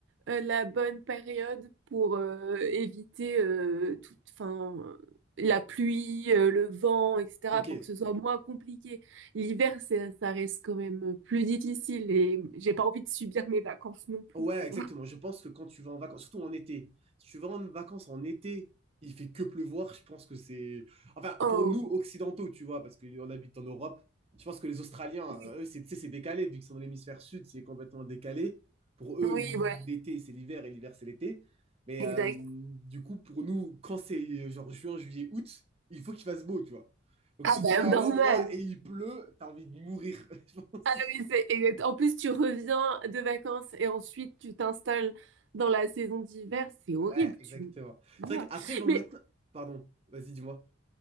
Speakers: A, on the right (about 70°); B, on the right (about 30°).
A: euh, la bonne période pour euh, éviter euh, toute, enfin, euh, la pluie, euh, le vent, etc.,
B: ok.
A: pour que ce soit moins compliqué. L'hiver, c'est- ça reste quand même plus difficile et j'ai pas envie de subir mes vacances non plus,
B: Ouais,
A: tu
B: exactement.
A: vois.
B: Je pense que quand tu vas en vacances, surtout en été, si tu vas en vacances en été, il fait que pleuvoir. Je pense que c'est. Enfin,
A: Oh,
B: pour nous, occidentaux, tu vois, parce qu'on habite en Europe, je pense que les Australiens,
A: oui,
B: euh, eux, c'est tu sais, c'est décalé, vu qu'ils sont dans l'hémisphère sud, c'est complètement décalé. Pour eux,
A: oui, ouais,
B: l'été, c'est l'hiver et l'hiver, c'est l'été. Mais
A: exact.
B: euh, du coup, pour nous, quand c'est euh, genre juin, juillet, août, il faut qu'il fasse beau, tu vois. Donc
A: Ah
B: si tu
A: bah,
B: vas
A: normal.
B: à un endroit et il pleut, t'as envie de mourir, <laughs> je pense.
A: Ah oui, c'est exact. En plus, tu reviens de vacances et ensuite tu t'installes dans la saison d'hiver. C'est horrible,
B: Ouais, exactement.
A: tu, tu
B: C'est
A: meurs.
B: vrai qu'après, bon,
A: Mais
B: maintenant. Pardon, vas-y, dis-moi.